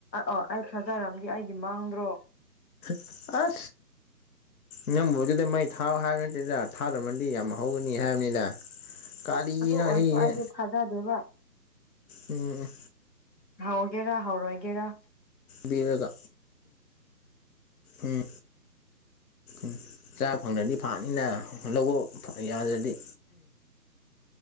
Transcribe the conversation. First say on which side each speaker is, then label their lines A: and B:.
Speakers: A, on the left; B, on the left.
A: ꯑꫭ ꯑꯩ ꯊꯥꯖꯔꯝꯗꯤ ꯑꯩꯒꯤ ꯃꯥꯡꯗ꯭ꯔꯣ꯫
B: ꯑꯁ ꯅꯝꯕꯨꯗꯤꯗ ꯃꯩ ꯊꯥꯑꫭ ꯍꯥꯏꯕ ꯅꯠꯇꯦꯗ ꯊꯥꯗꯝꯃꯗꯤ ꯌꯥꯝ ꯍꯧꯒꯅꯤ ꯍꯥꯏꯕꯅꯤꯗ꯫ ꯀꯥꯂꯤꯒꯤꯅ
A: ꯑꯗꯨ ꯑꯣꯏꯔꯁꯨ
B: ꯍꯤꯒꯦ꯫
A: ꯑꯩꯗꯤ ꯊꯥꯖꯗꯦꯕ
B: ꯎꯝ꯫
A: ꯍꯥꯎꯒꯦꯔꯥ ꯍꯥꯎꯔꯣꯏꯒꯦꯔꯥ꯫
B: ꯕꯤꯔꯒ ꯎꯝ ꯎ ꯆꯥꯛ ꯐꯪꯗ꯭ꯔꯗꯤ ꯐꯥꯅꯤꯅ ꯂꯧꯕ ꯌꯥꯗ꯭ꯔꯗꯤ꯫